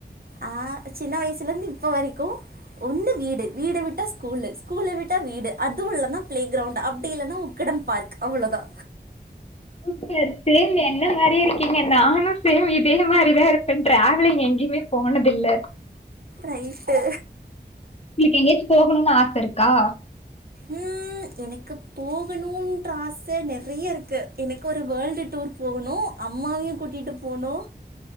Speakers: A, on the right; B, on the left.
A: ஆ சின்ன வயசுல இருந்து இப்ப வரைக்கு ஒன்னு வீடு வீட விட்டா ஸ்கூல்லு ஸ்கூல விட்டா வீடு அதுவுல்லன்னா பிளே கிரவுண்ட் அப்டி இல்லைனா கிடம் பார்க் அவ்ளோதா
B: <inaudible> சேம் என்ன மாரியே இருக்கீங்க நானு சேம் இதே மாரிதா இருக் டிராவலிங் எங்கிமே போனதில்ல
A: ரைட்டு
B: உங்ளுக் எங்கேச்சு போகணுன் ஆச இருக்கா
A: ம் எனக்கு போகணுன்ற ஆச நெறைய இருக்கு எனக்கு ஒரு வேர்ல்டு டூர் போகணு அம்மாவையு கூட்டிட்டு போனு